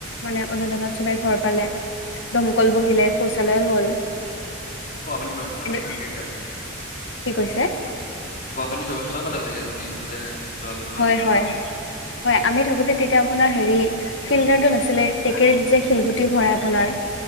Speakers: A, on the left; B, on the left.
A: মানে অনুদানত চবেই ঘৰ পালে। দমকল বহিলে, শৌচালয় হ'ল।
B: খোৱাপানীৰ ব্যৱস্থাও
A: এনে
B: পাইছে চাগে এতিয়ালৈ।
A: কি কৈছে
B: খোৱাপানীৰ ব্যৱস্থা। চব ভালে আ চাগে। জুনে যে জল জীৱন
A: হয়
B: মিছনৰ
A: হয়,
B: যে
A: হয় আমি থাকোতে তেতিয়া আপোনাৰ হেৰি। ফিল্ডাৰটো নাছিলে। টেকেলীত যে শিলগুটি ভৰাই আপোনাৰ।